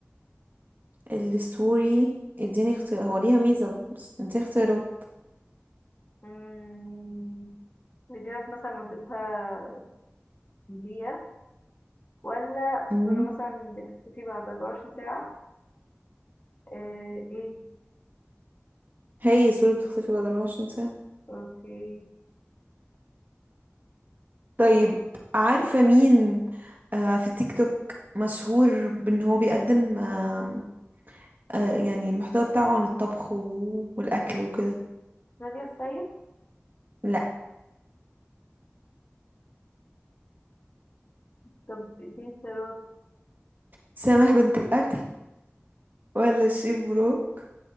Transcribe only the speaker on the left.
مم، فيديوهات مثلا مدتها دقيقة ولا
صورة مثلا بتختفي بعد 24 ساعة آه، ايه
اوكي
نادية السيد
طب دي اختيارات